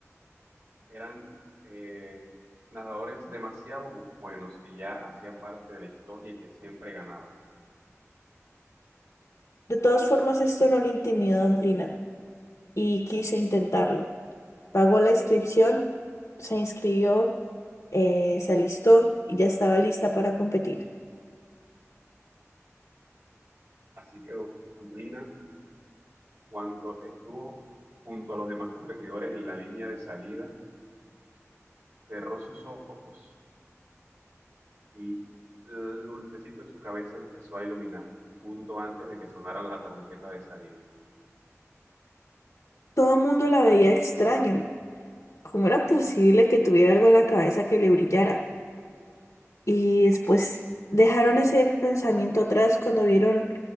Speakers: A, on the right (about 65°); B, on the left (about 80°).
A: eran eh, nadadores demasiado buenos que ya hacían parte de la historia y que siempre ganaban.
B: De todas formas, esto no le intimidó a Don Plina y quiso intentarlo. Pagó la inscripción, se inscribió, eh, se alistó y ya estaba lista para competir.
A: Así que Dumplina, cuando estuvo junto a los demás competidores en la línea de salida, cerró sus ojos y el dulcecito en su cabeza empezó a iluminar, junto antes de que sonara la trompeta de salida.
B: Todo el mundo la veía extraño. ¿Cómo era posible que tuviera algo en la cabeza que le brillara? Y después dejaron ese pensamiento atrás cuando vieron